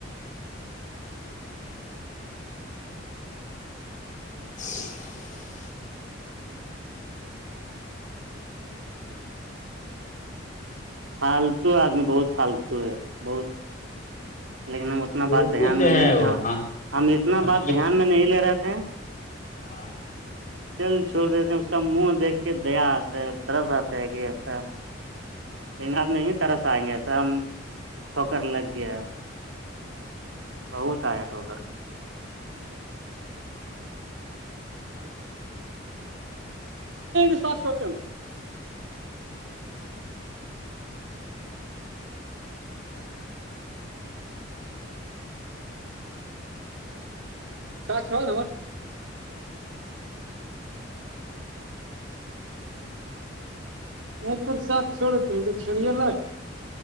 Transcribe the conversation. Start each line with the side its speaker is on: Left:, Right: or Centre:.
Left: ج <inaudible>
Right: فالتو آدمی بہت فالتو ہے بہت لیکن ہم اتنا
Left: شروع
Right: بات دھیان
Left: سے
Right: میں
Left: ہے
Right: نہیں
Left: وہ ہاں
Right: ہم اتنا
Left: اب
Right: بات دھیان میں نہیں لے رہے تھے
Left: ہاں <inaudible>
Right: چل چھوڑ دیتے ہیں اس کا منہ دیکھ کے دیا آتا ہے طرس آتا ہے کہ ایسا لیکن آپ نہیں طرحس آئیں گے ایسا ہم سو کرر لگ گیا بہت آیا ٹوکر ساس شپم شال نا ہم ایک شات چوڑےتے کہ چڑیا لئے